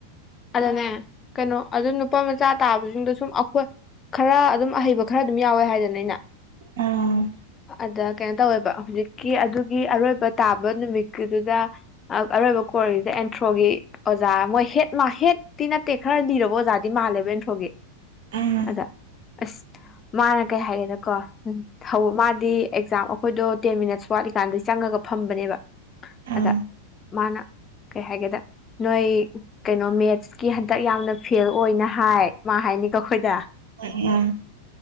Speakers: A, on the left (about 25°); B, on the right (about 55°).
A: ꯑꯗꯅꯦ ꯀꯩꯅꯣ ꯑꯗꯨꯝ ꯅꯨꯄꯥ ꯃꯆꯥ ꯇꯥꯕꯁꯤꯡꯗꯣ ꯁꯨꯝ ꯑꯩꯈꯣꯏ ꯈꯔ ꯑꯗꯨꯝ ꯑꯍꯩꯕ ꯈꯔ ꯑꯗꯨꯝ ꯌꯥꯎꯋꯦ ꯍꯥꯏꯗꯅ ꯑꯩꯅ
B: ꯎꯝ
A: ꯑꯗ ꯀꯩꯅꯣ ꯇꯧꯋꯦꯕ ꯍꯧꯖꯤꯛꯀꯤ ꯑꯗꯨꯒꯤ ꯑꯔꯣꯏꯕ ꯇꯥꯕ ꯅꯨꯃꯤꯠꯀꯤꯗꯨꯗ ꯑꯔꯣꯏꯕ ꯀꯣꯔꯤꯖꯦ ꯑꯦꯟꯊ꯭ꯔꯣꯒꯤ ꯑꯣꯖꯥ ꯃꯣꯏ ꯍꯦꯠ ꯃꯥ ꯍꯦꯠ ꯇꯤ ꯅꯠꯇꯦꯛ ꯈꯔ ꯂꯤꯔꯕꯣ ꯑꯣꯖꯥꯗꯤ ꯃꯥꯜꯂꯦꯕ ꯑꯟ ꯍꯣꯒꯦ
B: ꯎꯝ
A: ꯑꯗ ꯑꯁ ꯃꯥꯅ ꯀꯩ ꯍꯥꯏꯒꯦꯗꯀꯣ ꯎꯝ ꯃꯥꯗꯤ ꯑꯦꯛꯖꯥꯝ ꯑꯩꯈꯣꯏꯗꯣ ꯇꯦꯟ ꯃꯤꯅꯠꯁ ꯋꯥꯠꯂꯤꯀꯥꯟꯗꯩ ꯆꯪꯉꯒ ꯐꯝꯕꯅꯦꯕ
B: ꯎꯝ
A: ꯑꯗ ꯃꯥꯅ ꯀꯩ ꯍꯥꯏꯒꯦꯗ ꯅꯣꯏ ꯀꯩꯅꯣ ꯃꯦꯠꯁꯀꯤ ꯍꯟꯗꯛ ꯌꯥꯝꯅ ꯐꯦꯜ ꯑꯣꯏꯅ ꯍꯥꯏ ꯃꯥ ꯍꯥꯏꯅꯤꯒ ꯑꯩꯈꯣꯏꯗ
B: ꯑ